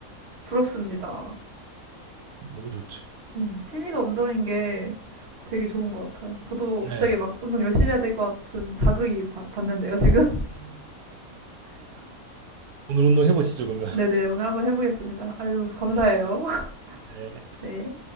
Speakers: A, on the right; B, on the right.
A: 부럽습니다.
B: 너무 좋죠
A: 네, 취미가 운동인 게 되게 좋은 것 같아요. 저도 갑자기
B: 네
A: 막 운동 열심히 해야 될 것 같은 자극이 받, 받는데요, 지금? <laughs>
B: 오늘 운동 해보시죠 그러면 <laughs>
A: 네네, 오늘 한번 해보겠습니다. 아유, 감사해요.
B: 네.
A: <laughs>
B: 네.
A: 네.